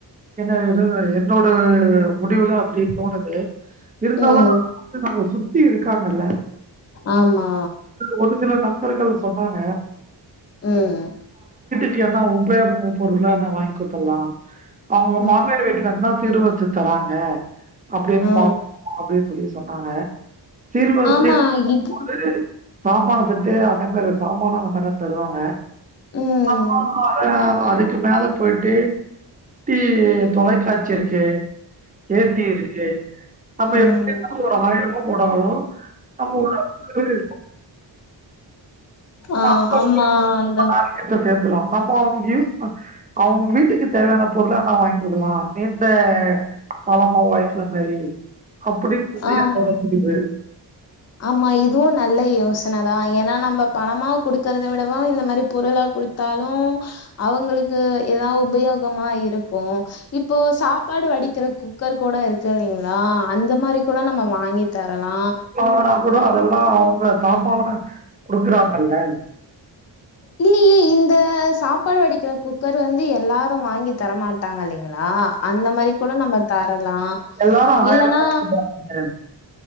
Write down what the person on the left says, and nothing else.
ம்
ஆமா
உம்
ம்
ஆ
ஆமா இது
ம்
ம்
ஆ
ஆமா
அந்த
ஆ
ஆமா இதுவு நல்ல யோசன தா ஏன்னா நம்ம பணமா குடுக்கிறத விடவு இந்த மாரி பொருளா குடுத்தாலு அவங்களுக்கு ஏதா உபயோகமா இருக்கு இப்போ சாப்பாடு வடிக் கிற குக்கர் கூட இருக்கு இல்லைங்களா அந்த மாரி கூட நம்ம வாங்கி தரலா
இல்லையே இந்த சாப்பாடு வடிக்கிற குக்கர் வந்து எல்லாரு வாங்கி தரமாட்டாங்க இல்லைங்களா அந்த மாரி கூட நம்ம தரலா
இல்லனா